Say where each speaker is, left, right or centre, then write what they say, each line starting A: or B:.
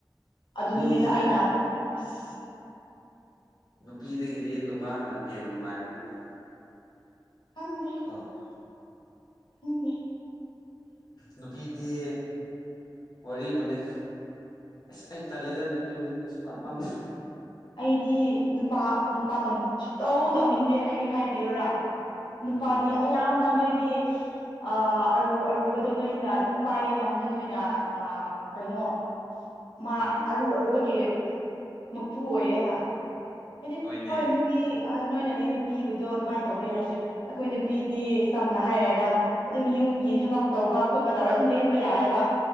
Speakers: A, on the left; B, on the left.
A: ꯑꯗꯨ
B: ꯃꯤꯁꯦ
A: ꯅꯨꯃꯤꯠꯇ ꯑꯩꯅ ꯑꯁ
B: ꯅꯨꯄꯤꯗꯒꯤꯗꯤ ꯅꯨꯄꯥꯅ ꯍꯦꯟꯅ ꯅꯨꯡꯉꯥꯏꯔꯕ ꯃꯥꯜꯂꯦꯗ
A: ꯈꯪꯗꯦ
B: <unintelligible>
A: ꯈꯪꯗꯦ
B: ꯅꯨꯄꯤꯗꯤ ꯋꯥꯔꯤꯕꯨꯅꯦ ꯑꯁ ꯑꯩꯅ ꯇꯜꯂꯦꯗ ꯅꯨꯄꯤ ꯑꯣꯏꯅꯤꯡꯗꯦ ꯁꯨꯡꯄꯥꯝ ꯄꯥꯝ
A: ꯑꯩꯗꯤ ꯅꯨꯄꯥ ꯅꯨꯄꯥ ꯇꯧ ꯁꯨꯇꯧ ꯇꯧꯅꯤꯡꯗꯦ ꯍꯥꯏ ꯍꯥꯏꯕꯤꯌꯨꯔꯥ ꯅꯨꯄꯥꯗꯤ
B: ꯎꯝ
A: ꯑꯌꯥꯝꯕ ꯅꯣꯏꯗꯤ ꯑꯥ ꯑꯔꯨ ꯑꯔꯨꯕꯗꯣ ꯅꯣꯏꯅ ꯑꯗꯨꯝ ꯄꯥꯏꯌꯦꯅ ꯍꯥꯏꯕꯗꯤ ꯅꯣꯏꯅ ꯑꯥ ꯀꯩꯅꯣ ꯃꯥ
B: ꯎꯝ
A: ꯑꯔꯨ ꯑꯔꯨꯕꯒꯤ ꯃꯄꯨ ꯑꯣꯏꯌꯦꯅ ꯍꯥꯏꯗꯤ
B: ꯍꯣꯏꯅꯦ
A: ꯍꯣꯏ ꯅꯨꯞ ꯇꯤ ꯍꯥꯏ ꯅꯣꯏꯅꯗꯤ ꯅꯨꯄꯤꯕꯨꯗꯣ ꯑꯗꯨꯃꯥꯏꯅ ꯇꯧꯗꯦ ꯍꯥꯏꯔꯁꯨ ꯑꯩꯈꯣꯏ ꯅꯨꯄꯤꯗꯤ ꯆꯝꯅ ꯍꯥꯏꯔꯒ ꯑꯗꯨꯝ ꯌꯨꯝꯒꯤ ꯊꯕꯛ ꯇꯧꯕ ꯈꯣꯠꯄ ꯇꯧꯔ ꯑꯗꯨꯝ ꯂꯦꯟꯕ ꯌꯥꯏꯌꯦꯕ